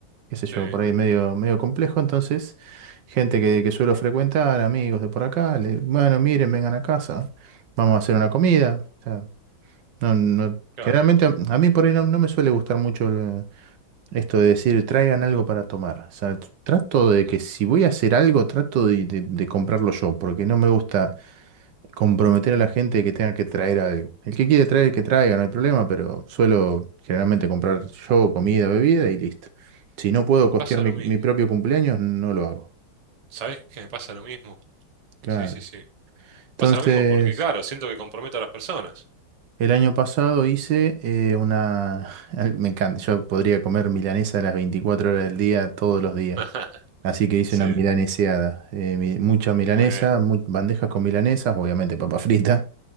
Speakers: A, on the right; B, on the right.
A: qué sé
B: sí,
A: yo, por ahí es medio, medio complejo, entonces... Gente que, que suelo frecuentar, amigos de por acá, le- bueno, miren, vengan a casa, vamos a hacer una comida. O sea, no, no-
B: claro.
A: generalmente a, a mí por ahí no, no me suele gustar mucho el- esto de decir traigan algo para tomar. O sea, tr- trato de que
B: Mm,
A: si voy a hacer algo, trato de, de- de comprarlo yo, porque no me gusta comprometer a la gente que tenga que traer algo. El que quiere traer, que traiga, no hay problema, pero suelo generalmente comprar yo comida, bebida y listo. Si no puedo costear
B: Pasa
A: mi,
B: lo
A: mi
B: mismo.
A: propio cumpleaños, no lo hago.
B: ¿Sabés que me pasa lo mismo?
A: Claro.
B: Sí, sí, sí.
A: Entonces,
B: Pasa lo mismo porque, claro, siento que comprometo a las personas.
A: el año pasado hice eh, una... <laughs> Me encanta, yo podría comer milanesa a las 24 horas del día, todos los días.
B: <laughs>
A: Así que hice
B: Sí,
A: una milaneseada. eh, mi- mucha milanesa,
B: muy bien.
A: mu- bandejas con milanesas, obviamente papa frita